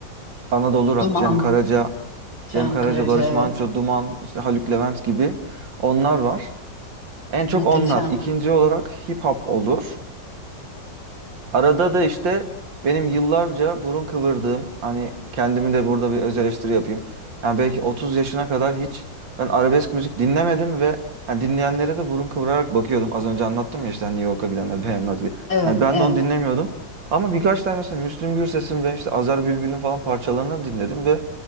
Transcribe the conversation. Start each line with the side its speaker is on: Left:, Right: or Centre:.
Right: Anadolu Rock,
Left: Duman,
Right: Cem Karaca,
Left: Cem
Right: Cem Karaca,
Left: Karaca,
Right: Barış
Left: evet.
Right: Manço, Duman, işte Haluk Levent gibi onlar var. En çok
Left: Muhteşem.
Right: onlar. İkinci olarak hip hop olur. Arada da işte benim yıllarca burun kıvırdığım hani kendimi de burada bir öz eleştiri yapayım. Yani belki 30 yaşına kadar hiç ben arabesk müzik dinlemedim ve hani dinleyenlere de burun kıvırarak bakıyordum. Az önce anlattım ya işte hani New York'a gidenler <laughs> beğenmez diye.
Left: Evet,
Right: Yani ben
Left: evet.
Right: de onu dinlemiyordum. Ama birkaç tane mesela Müslüm Gürses'in ve işte Azer Bülbül'ün falan parçalarını dinledim ve